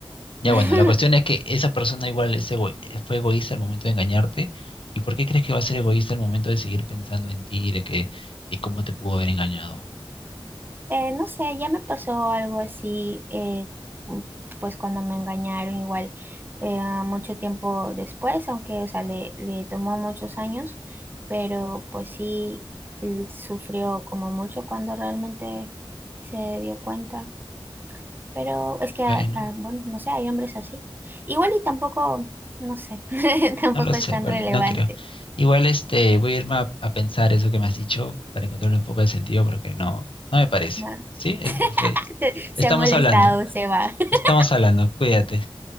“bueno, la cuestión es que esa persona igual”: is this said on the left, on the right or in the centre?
Left